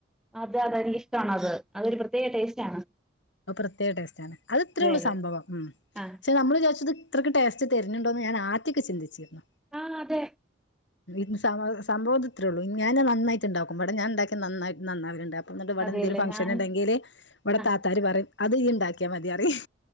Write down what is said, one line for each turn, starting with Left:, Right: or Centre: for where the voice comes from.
Centre: ആ അതെ നിക്കിഷ്ടാണു അത് അതൊരു പ്രത്യേക ടേസ്റ്റ് ആണ്.
Left: അ പ്രത്യേക ടേസ്റ്റേണ് അത് ഇത്രേ ഉള്ളൂ
Centre: അതെ
Left: സംഭവം ഉം
Centre: ആ
Left: പക്ഷെ നമ്മള് വിചാരിച്ചത് ഇത്രക്ക് ടേസ്റ്റ് തരുന്നുുണ്ടോന്ന് ഞാൻ ആദ്യക്കെ ചന്തിച്ചിരുന്നു.
Centre: ആഹ അതെ.
Left: ഇത് സംഭവതിത്രെള്ളൂ ഞാൻ നന്നായിട്ടുണ്ടാക്കും വിടെ ഞാൻ ഉണ്ടാക്കിയ നന്നായി നന്നാവലുണ്ട്. ഇന്നിട്ട് ഇവിടെ
Centre: അതെയല്ലേ
Left: എന്തരു ഫംഗ്ഷൻ
Centre: ഞാൻ
Left: ഉണ്ടെങ്കില് ഇവിടെ
Centre: ആ
Left: താത്താര് പറയും അത് ഇയ് ഉണ്ടാക്കിയ മതിറിയും.